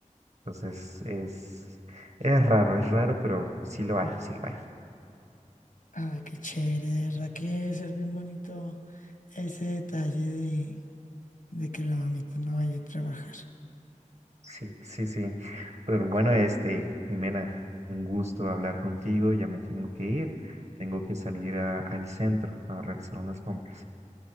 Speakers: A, on the right; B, on the left.
A: Entonces es, es raro, es raro, pero sí lo hay, sí lo hay.
B: Ay, qué chévere, de verdad que debe ser bien bonito ese detalle de que la mamita no vaya a trabajar.
A: Sí, sí, sí. Pero bueno, este, Jimena, un gusto hablar contigo. Ya me tengo que ir. Tengo que salir a- al centro a realizar unas compras.